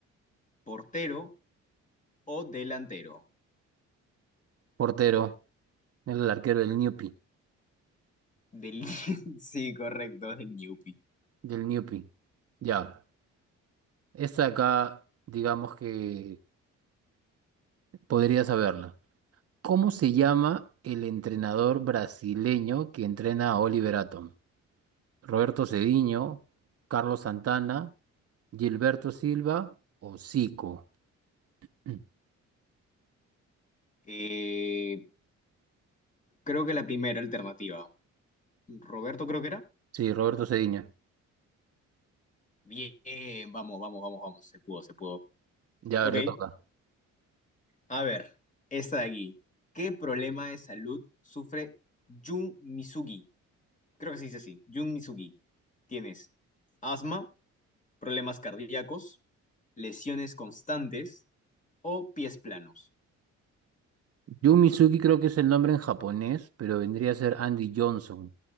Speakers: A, on the left; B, on the right.
A: portero o delantero.
B: portero, el arquero del Newpi,
A: Del... <laughs> Sí, correcto, del Newpi.
B: del Newpi. Ya, esta acá, digamos que podría saberla. ¿Cómo se llama el entrenador brasileño que entrena a Oliver Atom? ¿Roberto Cediño, Carlos Santana, Gilberto Silva o Zico? Mm,
A: Eh, creo que la primera alternativa. Roberto creo que era.
B: Sí, Roberto Cediño.
A: Bien, vamos, vamos, vamos, vamos. Se pudo, se pudo.
B: Ya, a
A: Ok.
B: ver, te toca.
A: A ver, esta de aquí. ¿Qué problema de salud sufre Jun Misugi? creo que se dice así, Jun Mizugi, tienes asma, problemas cardíacos, lesiones constantes o pies planos.
B: Yumizuki creo que es el nombre en japonés, pero vendría a ser Andy Johnson.